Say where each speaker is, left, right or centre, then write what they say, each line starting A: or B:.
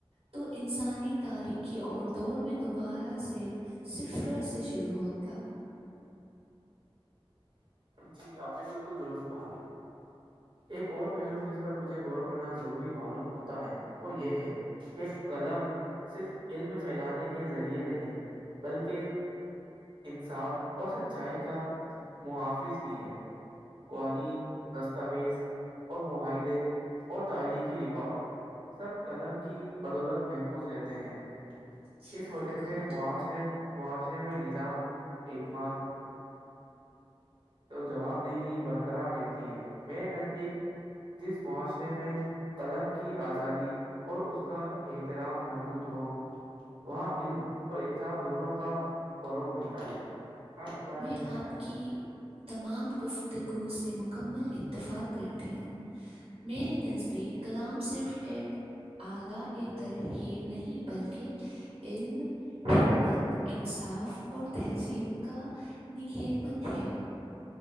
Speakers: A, on the right; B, on the right.
A: تو انسانی تاریخی اور دور میں دوبارہ سے صرف روز سے شروع ہوتا
B: جی آپ نے بالکل درست کہا ایک اور پہلو جس پر مجھے غور کرنا ضروری معلوم ہوتا ہے وہ یہ ہے کہ قلم صرف علم پھیلانے کے ذریعے نہیں بلکہ انصاف اور سچائی کا محافظ بھی ہے قوانین دستاویز اور معاہدے اور تاریخی ریکارڈ سب قلم کی بدولت محفوظ رہتے ہیں
A: جی
B: اس وجہ
A: بالکل
B: سے معاشرے معاشرے میں نظام اعتماد جوابدہی برقرار رہتی ہے میںیر نزدیک جس معاشرے میں قلم کی آزادی اور اس کا احترام موجود ہو وہاں علم اور انصاف دونوں کا فروغ ملتا ہے آپ اس بارے
A: میں
B: کیا کہنا
A: آپ
B: چاہیں
A: کی تمام گفتگو سے مکمل اتفاق کرتی ہوں میرے نزدیک کلام صرف ایپ اعلی ا تر ہیر نہیں بلکہ علم حکمت انصاف اور تہذیب کا نگے بند ہے